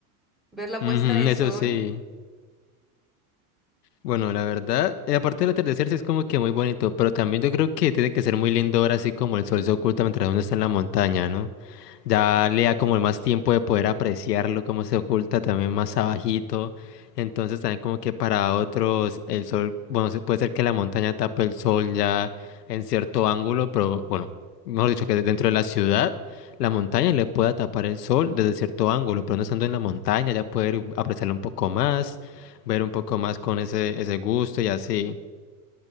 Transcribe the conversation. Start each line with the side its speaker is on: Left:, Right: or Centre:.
Centre: ver la
Left: Ujú,
Centre: puesta de sol,
Left: eso sí. Bueno, la verdad, eh, aparte del atardecer sí es como que muy bonito, pero también yo creo que tiene que ser muy lindo ver así como el sol se oculta mientras uno está en la montaña, ¿no? Ya le da como más tiempo de poder apreciarlo, cómo se oculta también más abajito. Entonces también como que para otros el sol, bueno, se- puede ser que la montaña tape el sol ya en cierto ángulo, pero bueno, mejor dicho, que dentro de la ciudad la montaña le pueda tapar el sol desde cierto ángulo, pero no estando en la montaña ya poder apreciarlo un poco más ver un poco más con ese, ese gusto y así.